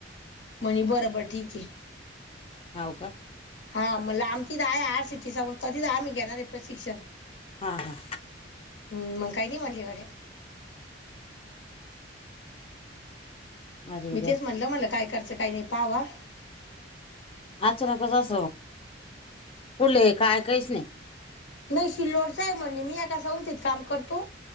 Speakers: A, on the left; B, on the left.
A: म्हणे बरं-बरं ठीक आहे.
B: हाव का.
A: हा म्हणल आमचीच आहे, आर सिटी संस्था तिथं आम्ही घेणार आहे प्रशिक्षण.
B: हा, हा.
A: हम्म, मला काही नाही म्हणली गड्या.
B: अरे
A: मी
B: देव
A: तेच म्हणलं मला काय करायच काय नाही पावा.
B: अचानकच अस कोले आहे काय काहीच नाही.
A: नाही शिल्लोडचा आहे म्हणे, मी आता संस्थेत काम करतो.